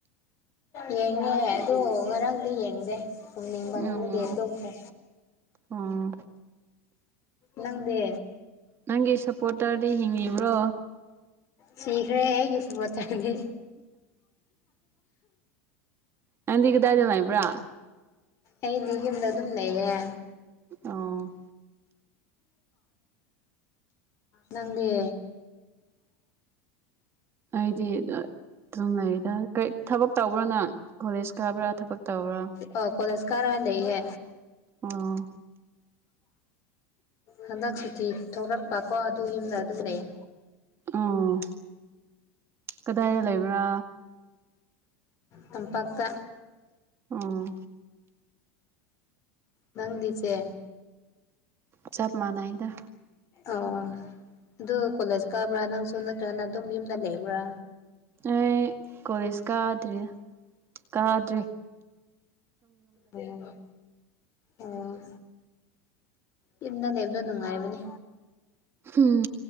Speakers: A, on the left; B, on the right.
A: ꯌꯦꯡꯉꯦ ꯑꯗꯨ ꯉꯔꯥꯡꯗꯤ ꯌꯦꯡꯗꯦ ꯄꯨꯡꯅꯤꯡꯕꯗꯤ
B: ꯎꯝ
A: ꯇꯨꯝꯈ꯭ꯔꯦ
B: ꯑꯣ
A: ꯅꯪꯗꯦ
B: ꯅꯪꯒꯤ ꯁꯞꯄꯣꯔꯇꯔꯗꯤ ꯍꯤꯡꯉꯤꯕ꯭ꯔꯣ
A: ꯁꯤꯈꯔꯦ ꯑꯩꯒꯤ ꯁꯨꯞꯄꯣꯔꯇꯦꯔ ꯗꯤ
B: ꯅꯪꯗꯤ ꯀꯥꯗꯥꯏꯗ ꯂꯩꯕꯔꯥ
A: ꯑꯩꯗꯤ ꯌꯨꯝꯗ ꯑꯗꯨꯝ ꯂꯩꯌꯦ
B: ꯑꯣ
A: ꯅꯪꯗꯤ
B: ꯑꯩꯗꯤ ꯑꯗꯨꯨꯝ ꯂꯩꯔꯤꯗ ꯀ ꯊꯕꯛ ꯇꯧꯕ꯭ꯔꯥ ꯅꯪ ꯀꯣꯂꯦꯖ ꯀꯥꯕ꯭ꯔꯥ ꯊꯕꯛ ꯇꯧꯕ꯭ꯔꯥ
A: ꯑꯣ ꯀꯣꯂꯖ ꯀꯔꯥ ꯂꯩꯌꯦ
B: ꯑꯣ
A: ꯍꯟꯗꯛ ꯁꯨꯇꯤ ꯊꯣꯂꯛꯄ ꯀꯣ ꯑꯗꯨ ꯌꯨꯝꯗ ꯑꯗꯨꯝ ꯂꯩꯌꯦ
B: ꯑꯣ ꯀꯗꯥꯏꯗ ꯂꯩꯕ꯭ꯔꯥ
A: ꯇꯝꯄꯥꯛꯇ
B: ꯑꯣ
A: ꯅꯪꯗꯤ ꯆꯦ
B: ꯆꯞ ꯃꯥꯟꯅꯩꯗ
A: ꯑꯣ ꯑꯗꯨ ꯀꯣꯂꯦꯖ ꯀꯥꯕ꯭ꯔꯥ ꯅꯪꯁꯨ ꯅꯠꯇ꯭ꯔꯒ ꯑꯗꯨꯝ ꯌꯨꯝꯗ ꯂꯩꯕ꯭ꯔꯥ
B: ꯑꯩ ꯀꯣꯂꯦꯖ ꯀꯥꯗ꯭ꯔꯤꯗ ꯀꯥꯗꯔꯤ
A: ꯑꯣ ꯑꯣ ꯌꯨꯝꯗ ꯂꯩꯕꯗꯣ ꯅꯨꯡꯉꯥꯏꯕꯅꯦ
B: ꯎꯝ